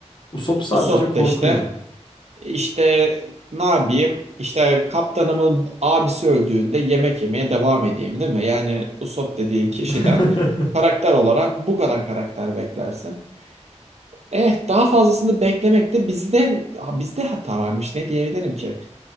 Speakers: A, on the left; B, on the right.
A: Usopp sadece
B: Usopp
A: korkuyor.
B: da işte işte ne yapayım? İşte kaptanımın abisi öldüğünde yemek yemeye devam edeyim değil mi? Yani Usopp dediğin kişiden
A: <laughs>
B: karakter olarak bu kadar karakter beklersin. Eh daha fazlasını beklemek de bizde bizde hata varmış ne diyebilirim ki?